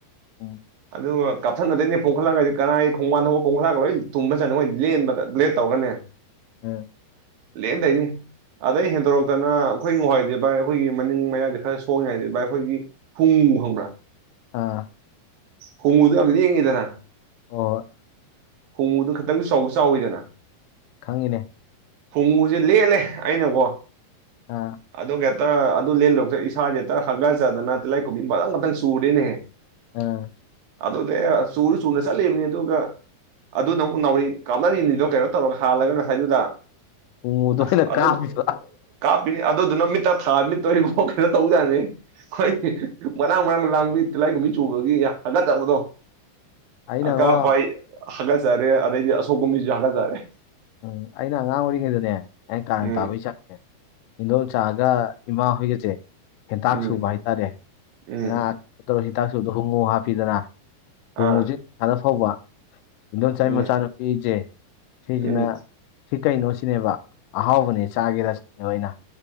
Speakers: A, on the left; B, on the right.
A: ꯎꯝ
B: ꯑꯗꯨꯒ ꯀꯥꯞꯊꯠꯅꯗꯣꯏꯅꯦ ꯄꯣꯡꯈꯠꯂꯒꯖꯦ ꯀꯅꯥꯒꯤ ꯈꯣꯡꯕꯥꯟꯗ ꯍꯧꯕ ꯄꯣꯡꯈꯠꯂꯒ ꯂꯣꯏ ꯇꯨꯝꯕ ꯖꯥꯠꯅꯤ ꯑꯩꯈꯣꯏ ꯂꯦꯟꯕꯗ ꯕꯂꯦꯠ ꯇꯧꯒꯅꯦ
A: ꯎꯝ
B: ꯂꯦꯟꯗꯣꯏꯅꯦ ꯑꯗꯩ ꯍꯦꯟꯗꯣꯔꯛꯇꯅ ꯑꯩꯈꯣꯏ ꯉꯥꯍꯥꯟꯋꯥꯏꯗꯤ ꯚꯥꯏ ꯑꯩꯈꯣꯏꯒꯤ ꯃꯅꯤꯡ ꯃꯌꯥꯏꯗ ꯈꯔ ꯁꯣꯡꯉꯤꯉꯩꯗꯗꯤ ꯚꯥꯏ ꯑꯩꯈꯣꯏꯒꯤ ꯍꯨꯡꯉꯨ ꯈꯪꯕꯔꯥ
A: ꯑꯥ
B: ꯍꯣꯡꯉꯨꯗꯣ ꯌꯥꯝ ꯂꯦꯡꯉꯤꯗꯅ
A: ꯑꯣ
B: ꯍꯨꯡꯉꯨꯗꯨ ꯈꯤꯇꯪꯁꯨ ꯆꯥꯎꯖꯨ ꯆꯥꯎꯋꯤꯗꯅ
A: ꯈꯪꯉꯤꯅꯦ
B: ꯍꯨꯡꯉꯨꯁꯦ ꯂꯦꯜꯂꯦ ꯑꯩꯅꯀꯣ
A: ꯑ
B: ꯑꯗꯨꯒ ꯍꯦꯛꯇ ꯑꯗꯨ ꯂꯦꯟꯂꯣꯏꯔꯛꯄꯗ ꯏꯁꯥꯥꯁꯦ ꯍꯦꯛꯇ ꯍꯥꯒꯥꯆꯗꯅ ꯇꯤꯂꯥꯏ ꯀꯨꯝꯕꯤ ꯃꯇꯪ ꯃꯇꯪ ꯁꯨꯔꯦꯅꯦꯍꯦ
A: ꯑꯥ
B: ꯑꯗꯨꯗꯤ ꯆꯨꯔ ꯆꯨꯅ ꯆꯠꯂꯤꯕꯅꯤ ꯑꯗꯨꯒ ꯑꯗꯨ ꯅ ꯑꯃꯨꯛ ꯅꯥꯎꯔꯤ ꯀꯥꯞꯅꯔꯤꯅꯤꯗꯣ ꯀꯩꯅꯣ ꯇꯧꯔꯒ ꯍꯥꯜꯂꯒ ꯉꯁꯥꯏꯗꯨꯗ
A: ꯎꯃꯨꯗ
B: ꯑꯁ
A: ꯑꯣꯏꯅ
B: ꯑꯗꯨꯗꯨꯠ
A: ꯀꯥꯞꯄꯤꯕ
B: ꯀꯥꯞꯄꯤꯅꯤ ꯑꯗꯨꯗꯨꯅ ꯃꯤꯠꯇ ꯊꯥ ꯃꯤꯠꯇꯣ ꯏꯕꯣ ꯀꯩꯅꯣ ꯇꯧꯕꯖꯅꯤ ꯈꯣꯏ ꯃꯔꯥꯡ ꯃꯔꯔꯥꯡ ꯂꯥꯡꯕꯤ ꯇꯤꯂꯥꯏꯒꯨꯝꯕꯤ ꯆꯨꯕꯒꯤ ꯍꯪꯒꯥ ꯆꯥꯕꯗꯣ
A: ꯑꯩꯅꯉꯣ
B: ꯑꯀꯥꯄ ꯑꯩ ꯍꯒꯖꯔꯦ ꯑꯗꯩꯗꯤ ꯑꯁꯣꯛꯄ ꯃꯤꯁꯤ ꯍꯥꯒꯖꯔꯦ
A: ꯎꯝ ꯑꯩꯅ ꯑꯉꯥꯡ ꯑꯣꯏꯔꯤꯉꯩꯗꯅꯦ ꯑꯩꯅ ꯀꯥꯔꯟ
B: ꯎꯝ
A: ꯇꯥꯕꯩ ꯆꯥꯛꯖꯦ ꯏꯗꯣꯜꯆꯥꯒ ꯏꯃꯥ ꯍꯣꯏꯒꯖꯦ ꯍꯦꯟꯇꯥꯛ
B: ꯎꯝ
A: ꯁꯨꯕ ꯍꯥꯏꯇꯥꯔꯦ
B: ꯎꯝ
A: ꯉꯥ ꯇꯧꯔ ꯍꯤꯗꯥꯛꯁꯨꯗ ꯍꯣꯡꯉꯨ ꯍꯥꯞꯄꯤꯗꯅ ꯍꯣꯡꯉꯨꯖꯤ
B: ꯑꯥ
A: <unintelligible> ꯐꯥꯎꯕ ꯏꯤꯡꯗꯣꯟꯆꯥꯏ
B: ꯎꯝ
A: ꯃꯆꯥꯅꯨꯄꯤꯖꯦ ꯁꯤꯖꯤꯅ
B: ꯎꯝ
A: ꯁꯤ ꯀꯩꯅꯣ ꯁꯤꯅꯦꯕ ꯑꯍꯥꯎꯕꯅꯦ ꯆꯥꯒꯦꯔꯥ ꯁꯤꯅꯦꯕ ꯑꯩꯅ